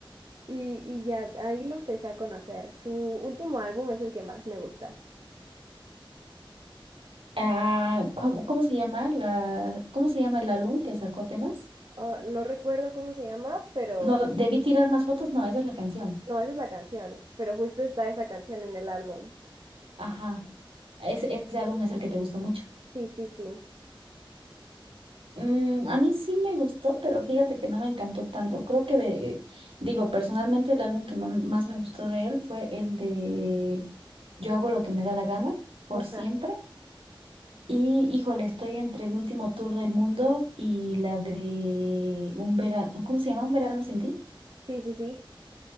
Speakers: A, on the right; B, on the right.
A: y, y ya ahí lo empecé a conocer. Su último álbum es el que más me gusta.
B: Ah, ¿cómo, cómo se llama la, cómo se llama el álbum que sacó apenas?
A: Oh, no recuerdo cómo se llama, pero...
B: No, debí tirar más fotos, no, esa es la canción.
A: No, esa es la canción, pero justo está esa canción en el álbum.
B: Ajá. Ese, ese álbum es el que te gustó mucho.
A: Sí, sí, sí.
B: Mm, a mí sí me gustó, pero fíjate que no me encantó tanto. Creo que de, digo, personalmente el álbum que ma- más me gustó de él fue el de Yo hago lo que me da la gana, por
A: Ajá.
B: siempre. Y híjole, estoy entre el último tour del mundo y la de un verano, ¿cómo se llama? ¿Un verano sin ti?
A: Sí, sí, sí.